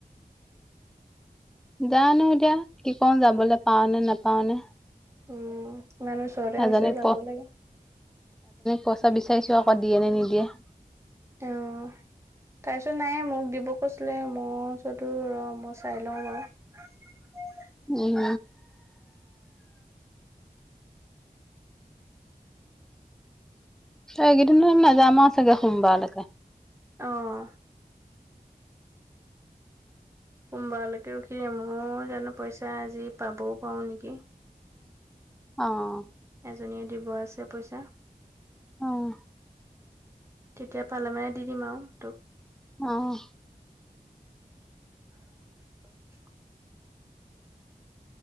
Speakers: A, in the centre; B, on the right.
A: জানোঁ এতিয়া, কি কওঁ, যাবলে পাওঁ নে নাপাওঁ নে!
B: উম', ইমান ওচৰতে হৈছে,
A: এজনীক
B: যাব লাগে।
A: পইছা বিচাৰিছো আকৌ দিয়ে নে নিদিয়ে।
B: আহ। তাৰপিছত নাই মোক দিব কৈছিলে মোৰ ওচৰতো ৰ মই চাই লওঁ বাৰু। <inaudible>
A: উম। এইকেইদিন নাযাম আৰু চাগে সোমবালকে।
B: অ সোমবাৰলৈকে ৰখি দিয়ে মইও জানো পইচা আজি পাবও পাৰো নেকি।
A: অ'।
B: এজনীয়ে দিব আছে পইচা।
A: অ'।
B: তেতিয়া পালে মানে দি দিম আৰু তোক।
A: অ'।
B: <inaudible>